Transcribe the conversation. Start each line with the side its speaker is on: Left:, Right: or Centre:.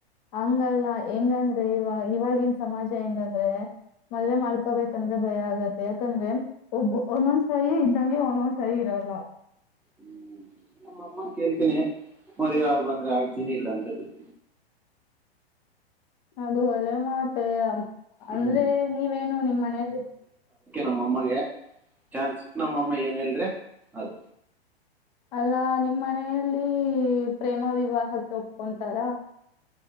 Left: ಹಂಗಲ್ಲ ಹೆಂಗ ಅಂದ್ರೆ ಇವ ಇವಾಗಿ ಸಮಾಜ ಹೆಂಗಂದ್ರೆ ಮಲ್ಲೆ ಮಾಡ್ಕೋಬೇಕಂದ್ರೆ ಭಯ ಆಗತ್ತೆ ಯಾಕಂದ್ರೆ ಒಬ್ಬ ಒಂದೊಂದ್ ಸರಿ ಇದ್ದಂಗೆ ಒಂದೊಂದ್ ಸರಿ ಇರಲ್ಲ
Centre: ಹ್ಮ್ ನಮ್ಮ ಅಮ್ಮ ಕೇಳ್ತೇನೆಿ, ಮದ್ವೆ ಆಗು ಅಂದ್ರೆ ಆಗ್ತೀನಿ ಇಲ್ಲ ಅಂತಿ <inaudible>
Left: ಅದು ಒಳ್ಳೆ ಮಾತ ಅ ಅಂದ್ರೆ
Centre: ಹ್ಮ್
Left: ನೀವೇನು ನಿಮ್ಮ್ ಮನೇೆಯಲ್ಲಿ
Centre: ನಮ್ಮ ಅಮ್ಮಗೆ ಚಾನ್ಸ್ ನಮ್ಮ ಅಮ್ಮ ಹೇಲ್ದ್ರೆ ಅದು.
Left: ಅಲ್ಲಾ ನಿಮ್ಮ್ ಮನೆಯಲ್ಲಿ ಪ್ರೇಮ ವಿವಾಹ ಒಪ್ಕೊಂತಾರ?